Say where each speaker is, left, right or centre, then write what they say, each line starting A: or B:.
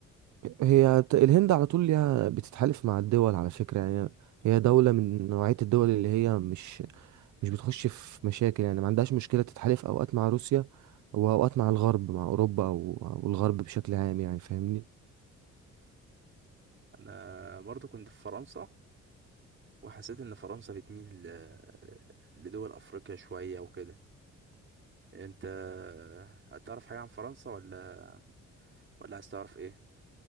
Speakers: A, on the right; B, on the right.
A: هي ت- الهند على طول ليها بتتحالف مع الدول على فكرة يعني هي دولة من نوعية الدول اللي هي مش مش بتخش في مشاكل يعني ما عندهاش مشكلة تتحالف أوقات مع روسيا وأوقات مع الغرب مع أوروبا أو أو الغرب بشكل عام يعني فاهمني
B: انا برضو كنت في فرنسا وحسيت ان فرنسا بتميل آه، لدول افريقيا شوية وكده انت هتعرف حاجة عن فرنسا ولا ولا عايز تعرف ايه